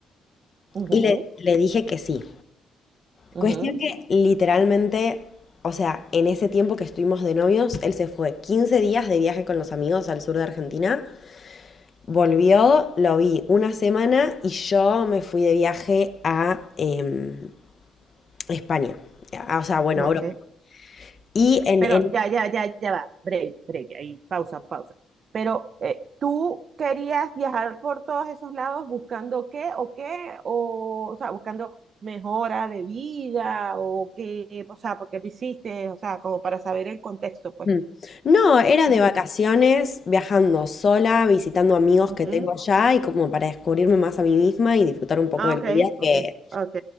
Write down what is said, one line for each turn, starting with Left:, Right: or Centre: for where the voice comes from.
Right: ujú,
Left: y le, le dije que sí.
Right: ujú,
Left: Cuestión que literalmente, o sea, en ese tiempo que estuvimos de novios, él se fue 15 días de viaje con los amigos al sur de Argentina. Volvió, lo vi una semana y yo me fui de viaje a em, España. Ah, O sea, bueno,
Right: ok.
Left: Europa. Y en,
Right: Pero
Left: en-
Right: ya, ya, ya, ya va. Break, break, ahí, pausa, pausa. Pero eh, ¿tú querías viajar por todos esos lados buscando qué o qué? O, o sea, buscando mejora de vida o qué, o sea, porque lo hiciste, o sea, como para saber el contexto, pues.
Left: Mm. No, era
Right: Ujú,
Left: de vacaciones, viajando sola, visitando amigos
Right: ujú.
Left: que tengo allá y como para descubrirme más a mí misma y disfrutar un poco
Right: Ah,
Left: de la
Right: ok,
Left: vida
Right: ok,
Left: que,
Right: ok.